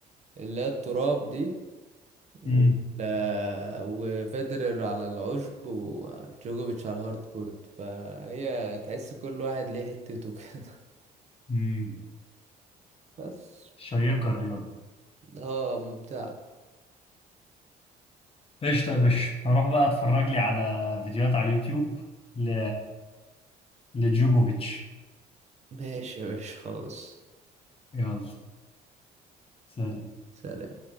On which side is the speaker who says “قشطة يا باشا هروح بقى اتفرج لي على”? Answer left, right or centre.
Left